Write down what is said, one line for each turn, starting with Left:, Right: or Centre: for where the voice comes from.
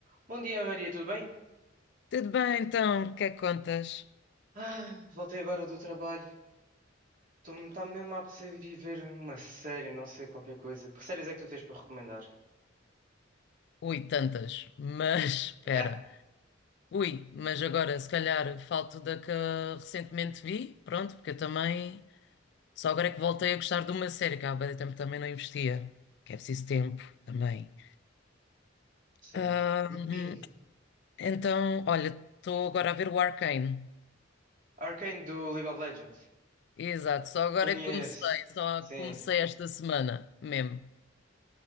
Right: Bom dia, Maria, tudo bem?
Left: Tudo bem, então, o que é que contas?
Right: Ah, voltei agora do trabalho. Estou-me, está-me mesmo a apetecer ir ver uma série, não sei, qualquer coisa. Que séries é que tu tens para recomendar?
Left: Ui, tantas, mas <laughs> espera.
Right: <laughs>
Left: Ui, mas agora se calhar falto da que recentemente vi, pronto, porque eu também só agora é que voltei a gostar de uma série que há bué de tempo também não investia, que é preciso tempo também.
Right: Sim.
Left: Ahm,
Right: <clears throat>
Left: então, olha, estou agora a ver o Arcane.
Right: Arcane do League of Legends.
Left: Exato, só agora
Right: Conheço.
Left: é que comecei, só
Right: Sim.
Left: comecei esta semana mesmo.